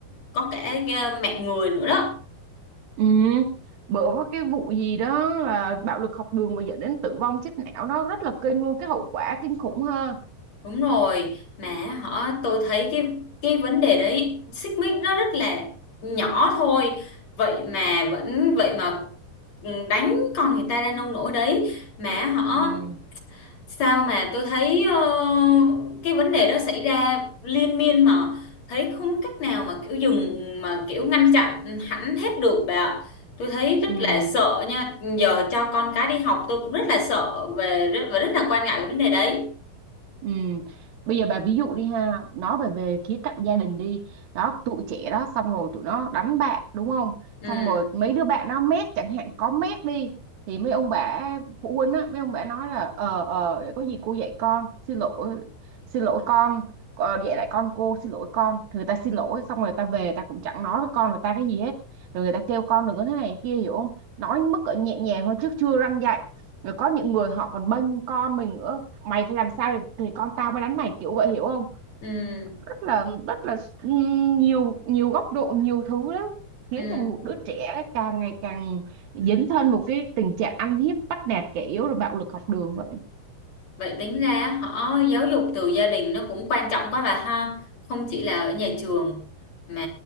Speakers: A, on the left (about 45°); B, on the right (about 70°).
A: có cả ờ, mạng người nữa đó
B: Ừ Bữa có cái vụ gì đó là bạo lực học đường mà dẫn đến tử vong chết não Nó rất là kinh luôn Cái hậu quả kinh khủng ha
A: đúng rồi mà họ tôi thấy cái cái vấn đề đấy xích mích nó rất là nhỏ thôi vậy mà vẫn vậy mà ừ, đánh con người ta ra nông nỗi đấy mà họ
B: Ừ
A: sao mà tôi thấy ờ, cái vấn đề đó xảy ra liên miên mà thấy không cách nào mà kiểu dừng mà kiểu ngăn chặn hẳn hết được bà ạ. tôi thấy rất
B: Ừ
A: là sợ nha giờ cho con cái đi học tôi cũng rất là sợ về và rất là quan ngại về vấn đề đấy
B: Ừ. Bây giờ bà ví dụ đi ha, nói về về khía cạnh gia đình đi. Đó, tụi trẻ đó xong rồi tụi nó đánh bạn đúng không?
A: ừ
B: Xong rồi mấy đứa bạn nó mét chẳng hạn có mét đi thì mấy ông bà phụ huynh á, mấy ông bà nói là ờ ờ để có gì cô dạy con, xin lỗi xin lỗi con, ờ, dạy lại con cô xin lỗi con. Thì người ta xin lỗi xong rồi người ta về ta cũng chẳng nói với con người ta cái gì hết. Rồi người ta kêu con đừng có thế này kia hiểu không? Nói mức ở nhẹ nhàng thôi chứ chưa răn dạy rồi có những người họ còn bênh con mình nữa mày phải làm sao thì, thì con tao mới đánh mày kiểu vậy hiểu không
A: ừ
B: rất là rất là ừm, nhiều nhiều góc độ nhiều thứ lắm khiến
A: ừ
B: thành một đứa trẻ càng ngày càng dấn thân một cái tình trạng ăn hiếp bắt nạt kẻ yếu rồi bạo lực học đường vậy
A: Vậy tính ra họ giáo dục từ gia đình nó cũng quan trọng quá bà ha. Không chỉ là ở nhà trường mà